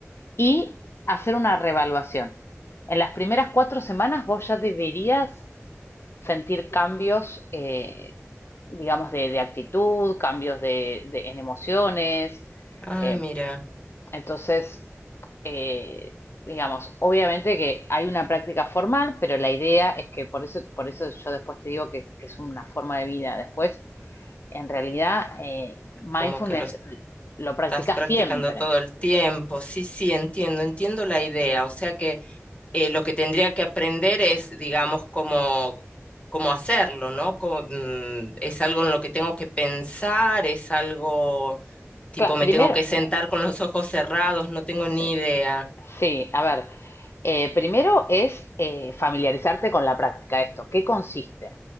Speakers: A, on the left; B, on the left.
A: y hacer una reevaluación. En las primeras cuatro semanas vos ya deberías sentir cambios, eh, digamos, de, de actitud, cambios de, de- en emociones,
B: Ah,
A: eh,
B: mira,
A: entonces, eh, digamos, obviamente que hay una práctica formal, pero la idea es que por eso, por eso yo después te digo que, que es una forma de vida. Después, en realidad, eh, mindfulness
B: como que los
A: lo practicas
B: estás practicando
A: siempre.
B: todo el tiempo. Sí, sí, entiendo, entiendo la idea. O sea que eh, lo que tendría que aprender es, digamos, cómo, cómo hacerlo, ¿no? Cómo, mm, es algo en lo que tengo que pensar, es algo tipo
A: Claro,
B: me
A: primero,
B: tengo que sentar
A: eh,
B: con los ojos cerrados, no tengo ni
A: sí,
B: idea.
A: Sí, a ver, eh, primero es eh, familiarizarte con la práctica de esto. ¿Qué consiste?